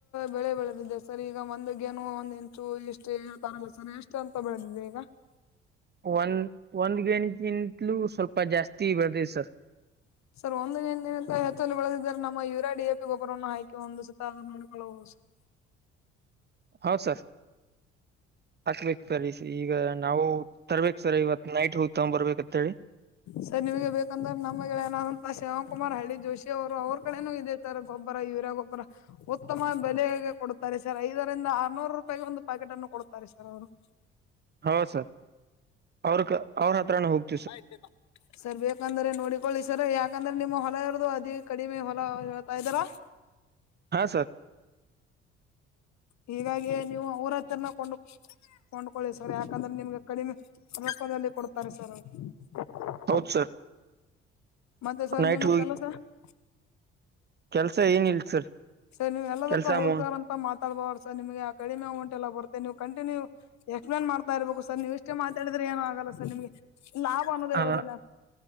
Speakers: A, on the left; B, on the right.
A: ಬೆಳೆ ಬೆಳೆದಿದೆ ಸರ್ ಈಗ ಒಂದು ಗೇಣು ಒಂದು <unintelligible> ಚೂರು ಇಷ್ಟೇ ತರಲಸರ ಎಷ್ಟು ಅಂತ ಬೇಳೆದಿದೇ ಈಗಾ. <unintelligible>
B: ಒಂದ್ ಒಂದ್ ಗೇಣಗಿಂತಲೂ ಸ್ವಲ್ಪ ಜಾಸ್ತಿ ಬೆಳೆದೆತ ಸರ್. <unintelligible>
A: <unintelligible> ಸರ್ ಒಂದ ದಿನ ದಿನ ಹೆಚ್ಚಳ ಬೇಳದಿದ್ದಾರೆ ನಮ್ಮ ಯುರಾ ಡಿ ಎ ಪಿ ಗೊಬ್ರನ್ನ ಹಾಕಿ ಒಂದು ಸುತ್ತನ್ನ ನೋಡ್ಕೊಳ್ಳುವೂ <unintelligible>
B: ಹಾ ಸರ್. <unintelligible> ಹತ್ತ ಬೇಕು ಸರ್ ಈಗ ನಾವು ತರ್ಬೇಕೇಕ್ ಸರ್ ಇವತ್ತ ನೈಟ್ ಹೋಗಿ ತೊಗೊಂದ ಬರ್ಬೇಕಿತ್ತ. <unintelligible>
A: ಸರಿ ನಿಮಗೆ ಬೇಕಂದ್ರೆ ನಮ್ಮಗೆ ನಮ್ಮ ಗೆಳೆಯನಾದಂತ ಶ್ರವಣ್ ಕುಮಾರ್ ಹಳ್ಳಿ ಜೋಶಿ ಅವರು ಅವ್ರ ಕಡೆನೂ ಇದೆ. <unintelligible> ಇತರ ಗೊಬ್ಬರ ಯೂರಿಯಾ ಗೊಬ್ಬರ ಉತ್ತಮ ಬೆಲೆಗೆ ಕೊಡ್ತಾರೆ ಸರ್. <unintelligible> ಸರ್ ಐದರಿಂದ ಆರ್ನೂರು ರೂಪಾಯಿಗೆ ಒಂದು ಪ್ಯಾಕೆಟ್ ಅನ್ನು ಕೊಡ್ತಾರೆ ಸರ್ ಅವರು. <unintelligible>
B: ಹೌದ ಸರ್ ಅವರಕ ಅವ್ರ ಹತ್ರಾನ ಹೋಗ <unintelligible>
A: ಐದ ದಿನಾ. <unintelligible> ಸರ್ ಬೇಕಂದ್ರೆ ನೋಡಿಕೊಳ್ಳಿ ಸರ್ ಯಾಕಂದ್ರೆ ನಿಮ್ಮ ಹೊಲ ಇರದು ಅದೇ ಕಡಿಮೆ ಹೊಲ ಹೇಳ್ತಾ ಇದ್ದೀರಾ. <unintelligible>
B: ಹಾ ಸರ್. <unintelligible>
A: ಹೀಗಾಗಿ ನೀವು ಅವರ ಹತ್ರರನ ಕೊಂಡ ಕೊಂಡ್ಕಳ ಸರ್ ಯಾಕಂದ್ರೆ ನಿಮಗೆ ಕಡಿಮೆ. <unintelligible> ತೂಕದಲ್ಲಿ ಕೊಡ್ತಾರೆ ಸರ್ ಅವರು. <unintelligible>
B: ಹೌದ ಸರ್. <unintelligible>
A: ಮತ್ತೆ ಸರ್
B: ನೈಟ್
A: ನಿಮ್ಮ ಕೆಲಸ. <unintelligible>
B: ಕೆಲಸ ಏನ ಇಲ್ಲ ಸರ್. <unintelligible>
A: ಸರ್ ನೀವ್ ಎಲ್ಲದಕ್ಕೋ
B: ಕೆಲ್ಸ
A: ಹೋದ
B: ಮು
A: ಸರ್ ಅನ <unintelligible> ಮಾತಾಡ್ಬೋರ್ ಸರ್ ಕಡಿಮೆ ಅಮೌಂಟ್ ಎಲ್ಲ ಬರುತ್ತೆ ನೀವು ಕಂಟಿನ್ಯೂ ಎಕ್ಸ್ಪ್ಲೇನ್ ಮಾಡ್ತಾ ಇರ್ಬೇಕು ಸರ್ ನೀವು ಇಷ್ಟ್ ಮಾತಾಡಿದ್ರೆ ಏನೋ ಆಗಲ್ಲ ಸರ್ ನಿಮ್ಗೆ ಲಾಭ ಅನ್ನೋದ
B: ಹ
A: ಇರೋದಲ್ಲ